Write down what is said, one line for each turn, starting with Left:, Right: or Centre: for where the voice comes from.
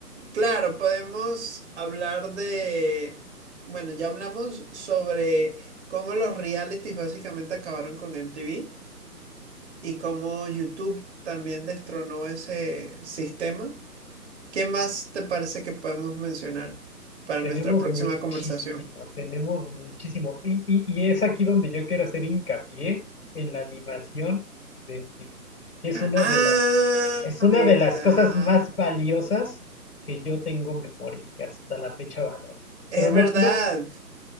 Right: Claro, podemos hablar de... Bueno, ya hablamos sobre cómo los realities básicamente acabaron con MTV. y cómo YouTube también destronó ese sistema. ¿Qué más te parece que podemos mencionar para
Left: Tenemos
Right: nuestra próxima
Left: muchísimo,
Right: conversación?
Left: tenemos muchísimo. Y, y- y es aquí donde yo quiero hacer hincapié en la animación de MTV, que es una
Right: Ah,
Left: de las Es una
Right: verdad.
Left: de las cosas más valiosas que yo tengo en memoria y que hasta la fecha valoro.
Right: Es
Left: Pero no,
Right: verdad.
Left: no,